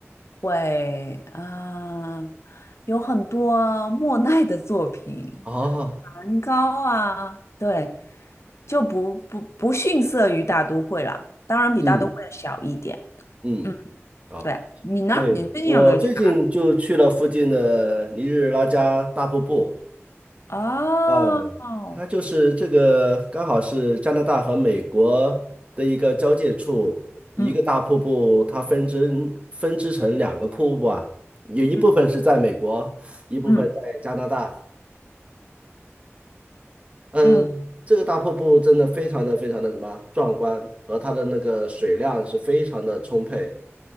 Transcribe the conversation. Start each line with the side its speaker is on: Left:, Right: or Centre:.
Left: 会啊、呃有很多莫奈的作品，
Right: 哦，
Left: 梵高啊，对，就不不不逊色于大都会了。当然比大都会小一点。
Right: 嗯嗯，
Left: 嗯，
Right: 哦。
Left: 对，你呢？
Right: 对，
Left: 你最近有没有去
Right: 我最近就去了附近的尼日拉加大瀑布
Left: 哪？
Right: 啊，
Left: 哦，
Right: 它就是这个刚好是加拿大和美国的一个交界处，一个大瀑布，
Left: 嗯
Right: 它分支分支成两个瀑布啊，有一部分是在美国，
Left: 嗯
Right: 一部分在加拿大。
Left: 嗯
Right: 嗯，
Left: 嗯
Right: 这个大瀑布真的非常的非常的什么壮观，和它的那个水量是非常的充沛，